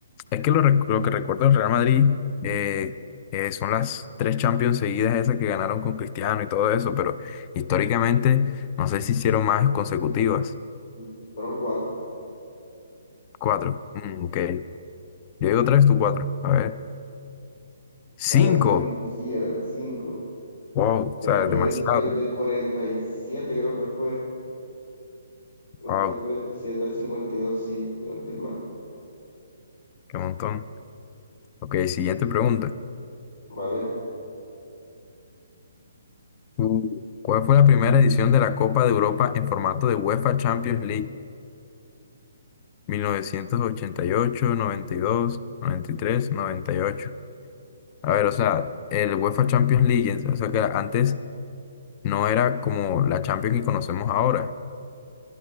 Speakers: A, on the left; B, on the left.
A: es que lo, rec- lo que recuerdo del Real Madrid eh, eh, son las tres Champions seguidas esas que ganaron con Cristiano y todo eso, pero históricamente no sé si hicieron más consecutivas.
B: Mm. Fueron cuatro.
A: Cuatro, mm, ok. Yo digo tres, tú cuatro. A ver.
B: Ah,
A: Cinco.
B: Eran cinco, sí, eran cinco.
A: Wow, o
B: Eh,
A: sea,
B: fue
A: demasiado.
B: del, del, del 47, creo que fue. Creo
A: Wow,
B: que fue del 47 al 52, sí, si no estoy mal.
A: qué montón. Ok, siguiente pregunta.
B: Vale.
A: Mm. ¿Cuál fue la primera edición de la Copa de Europa en formato de UEFA Champions League? mil novecientos ochenta y y y ocho noventa noventa dos noventa y tres noventa y ocho A ver, o sea, el UEFA Champions League, o sea que antes no era como la Champions que conocemos ahora.